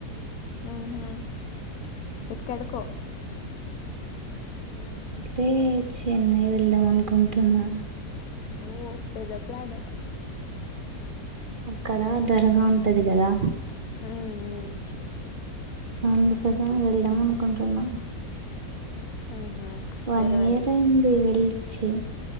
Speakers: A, on the left (about 65°); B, on the right (about 55°).
A: హ్మ్ హు ఎక్కడకో
B: వెళ్తే చెన్నై వెళ్దాం అనుకుంటు టున్నా
A: ఓ పెద్ద ప్లాన్ హే
B: అక్కడ ధరగా ఉంటది కదా
A: మ్మ్ మ్మ్
B: అందుకోసం వెళ్దాం అనుకుంటున్నా
A: ఉహు
B: వన్
A: మీరు వెళ్
B: ఇయర్ అయింది వెళ్ళి చేే